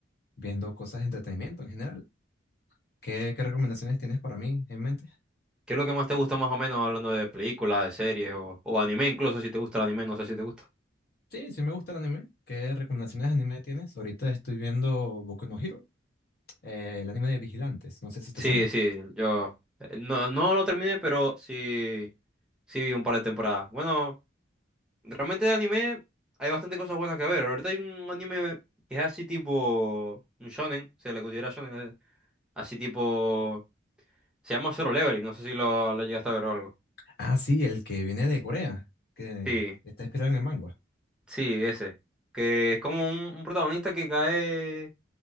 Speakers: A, on the left; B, in the centre.
A: viendo cosas de entretenimiento en general. ¿Qué, qué recomendaciones tienes para mí en mente?
B: ¿Qué es lo que más te gusta más o menos hablando de películas, de series o, o anime incluso, si te gusta el anime, no sé si te gusta.
A: Sí, sí me gusta el anime. ¿Qué recomendaciones de anime tienes? Ahorita estoy viendo Boku no Hero. Eh, el anime de Vigilantes, no sé si te
B: Sí,
A: suena.
B: sí, yo eh, no, no lo terminé, pero sí, sí vi un par de temporadas. Bueno, realmente de anime hay bastante cosas buenas que ver. Ahorita hay un anime que es así tipo un shonen, se le considera shonen, eh, así tipo... Se llama Solo Leveling, no sé si lo, lo llegaste a ver o algo.
A: Ah, sí, el que viene de Corea, que
B: Sí,
A: está inspirado en el manga.
B: sí, ese. Que es como un, un protagonista que cae,